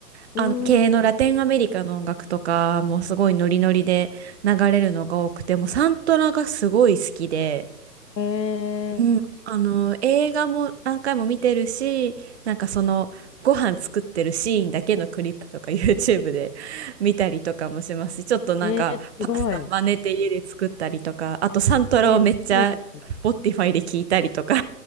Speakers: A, on the left (about 85°); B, on the right (about 45°).
A: うん。
B: あの、系のラテンアメリカの音楽とかもうすごいノリノリで流れるのが多くて、
A: うーん。
B: もうサントラがすごい好きで、
A: え
B: うん、あの映画も何回も見てるしなんかそのご飯作ってるシーンだけのクリップとか YouTube で <laughs> 見たりとかもしますしちょっとなんかパスタ真似て家で作ったりとかあとサントラをめっちゃ
A: ー、えー、すごい。えー、めっちゃいいですね。
B: Spotify で聞いたりとか